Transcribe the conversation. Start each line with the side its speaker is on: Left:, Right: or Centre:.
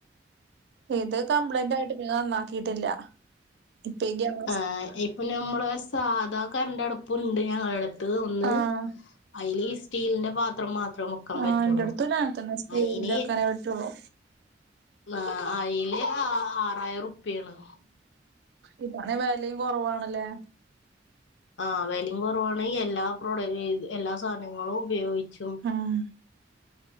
Right: ഇത് കംപ്ലൈന്റ് ആയിട്ട് പിന്നെ നന്നാക്കിയിട്ടില്ല ഇപ്പ ഈ ഗ്യാസ്
Left: ആഹ ഇപ്പൊ ഞമ്മളെ സാധാ കറന്റ് അടുപ്പുണ്ട് ഞങ്ങളടുത്ത് ഒന്ന്
Right: ആഹ്
Left: അതില് ഈ സ്റ്റീലിന്റെ പാത്രം മാത്രം വെക്കാൻ
Right: ആ
Left: പറ്റുള്ളൂ
Right: എന്റെടുത്തുള്ള അങ്ങനെത്തന്നെ സ്റ്റീൽൻ്റെ
Left: അയിന്
Right: അക്കനെ പറ്റുള്ളു
Left: ആ അയിൽ ആറായിരം റുപ്പിയ ആണ്
Right: ഇതാണേൽ വെലയും കൊറവാണ്ല്ലേ
Left: ആഹ് വെലിം കൊറവാണ് എല്ലാ പ്രോഡ് ഈത് എല്ലാ സാധനങ്ങളും ഉപയോഗിച്ചും
Right: ആഹ്